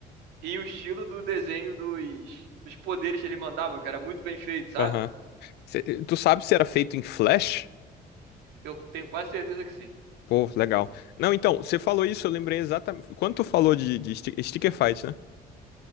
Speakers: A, on the right (about 85°); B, on the left (about 75°).
A: e o estilo do desenho dos, dos poderes que eles mandavam, que era muito bem feito, sabe?
B: Aham. Cê- Tu sabe se era feito em Flash?
A: Eu tenho quase certeza que sim.
B: Pô, legal. Não, então, você falou isso, eu lembrei exatamente. Quando tu falou de, de sti- sticker fight, né?